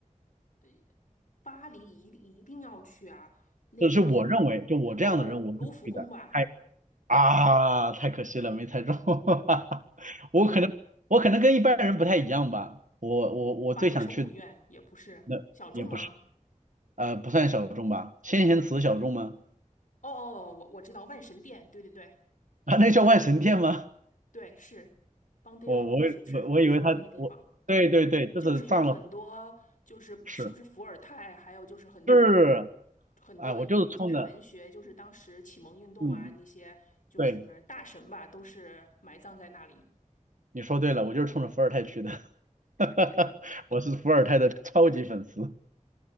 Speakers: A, on the left; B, on the right.
A: 对，巴黎一一定要去啊！那个，
B: 这是我认为，就我这样的人，
A: 哦，呃卢浮宫吧，
B: 我是不去的。太啊，太可惜了，没猜中。<laughs> 我可能我可能跟一般人不太一样吧，我我我最想去的
A: 巴黎圣母院也不是小众吗？
B: 那也不是，呃，不算小众吧，先贤祠小众吗？
A: 哦哦，哦我我知道万神殿，对对对
B: 啊，那叫万神殿吗？
A: 对，是邦迪用，
B: 我我我我以为他我对对对，
A: 是不是你说的那个地方？对，
B: 就是藏了
A: 就是有很多，就是是不是伏尔泰，
B: 是
A: 还有就是很多
B: 是，
A: 很多，
B: 啊，我就是冲着
A: 不仅是文学，就是当时启蒙运动啊那些，
B: 嗯嗯，
A: 就是大神吧，
B: 对，
A: 都是埋葬在那里。
B: 你说对了，我就是冲着伏尔泰去的，<laughs> 哈哈，
A: 对
B: 我是伏尔泰的超级粉丝，